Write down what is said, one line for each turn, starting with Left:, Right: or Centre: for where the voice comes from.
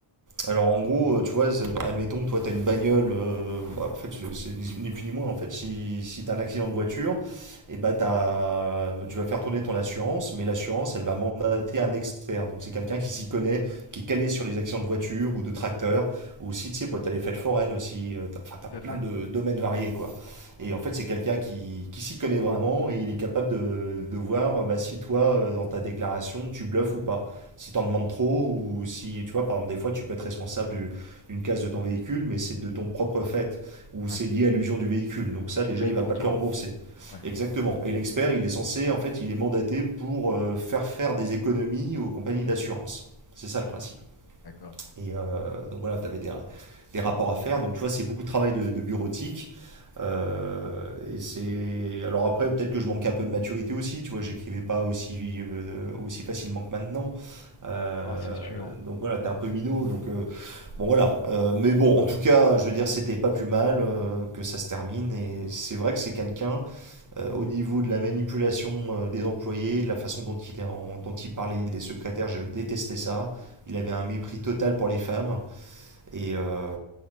Right: Alors en gros, euh, tu vois, c'est- admettons que toi t'as une bagnole, euh, bah, en fait c'est c'est ni ni plus ni moins en fait. Si, si t'as un accident de voiture, et bah t'as, tu vas faire tourner ton assurance, mais l'assurance elle va mandater un expert. Donc c'est quelqu'un qui s'y connaît, qui est calé sur les accidents de voiture ou de tracteur, ou aussi tu sais, quoi, t'as les fêtes foraines aussi, euh, t'as- enfin t'as
Left: Tout
Right: plein
Left: à fait.
Right: de domaines variés quoi. Et en fait c'est quelqu'un qui, qui s'y connaît vraiment et il est capable de, de voir euh, bah, si toi euh, dans ta déclaration tu bluffes ou pas si t'en demandes trop ou si tu vois par exemple des fois tu peux être responsable du- d'une casse de ton véhicule mais c'est de ton propre fait ou c'est
Left: Ouais.
Right: lié à l'usure du véhicule donc
Left: Donc
Right: ça
Left: tu
Right: déjà
Left: payes
Right: il
Left: pour
Right: va pas
Left: toi.
Right: te le rembourser
Left: Ouais,
Right: exactement et l'expert il est censé en fait il est mandaté pour euh, faire faire des économies aux compagnies d'assurance c'est ça le principe
Left: d'accord.
Right: et euh, donc voilà, tu avais des, des rapports à faire. Donc tu vois, c'est beaucoup de travail de, de bureautique. Euh, et c'est alors après peut-être que je manquais un peu de maturité aussi tu vois j'écrivais pas aussi euh, aussi facilement que maintenant Euh,
Left: Non, c'est sûr.
Right: donc voilà t'es un peu minot donc euh, bon voilà Euh, mais bon en tout cas je veux dire c'était pas plus mal euh, que ça se termine et c'est vrai que c'est quelqu'un euh, au niveau de la manipulation euh, des employés, de la façon dont il, en- dont il parlait des secrétaires, je détestais ça. Il avait un mépris total pour les femmes. Et, euh,